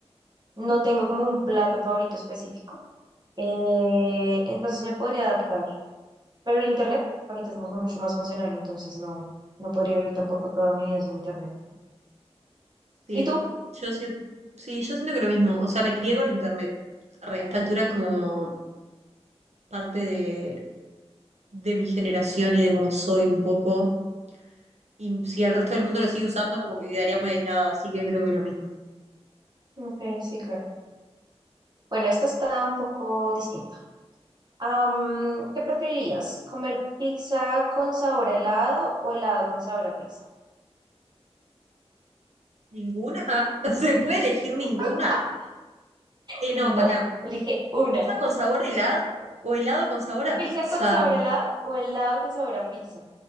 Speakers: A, on the right; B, on the right.
A: No tengo como un plato favorito específico, eh, entonces me podría adaptar. Pero el internet ahorita es mu- mucho más funcional, entonces no, no podría vivir tampoco toda mi vida sin internet.
B: Sí,
A: ¿Y tú?
B: yo, si- sí, yo siento que lo mismo. O sea, me crié con internet. Re, a esta altura es como parte de, de mi generación y de cómo soy un poco. Y si el resto del mundo lo sigue usando, como que quedaría muy aislada. Así que creo que es lo mismo.
A: Ok, sí, claro. Bueno, esto está un poco distinto. Am, ¿qué preferirías? ¿Comer pizza con sabor a helado o helado con sabor a pizza?
B: ¿Ninguna? Ah, <laughs> ¿se puede elegir ninguna?
A: <laughs>
B: Eh,
A: No,
B: no, pará.
A: elige una.
B: ¿Pizza con sabor a helado o helado con sabor a
A: ¿Pizza
B: pizza?
A: con sabor a helado o helado con sabor a pizza?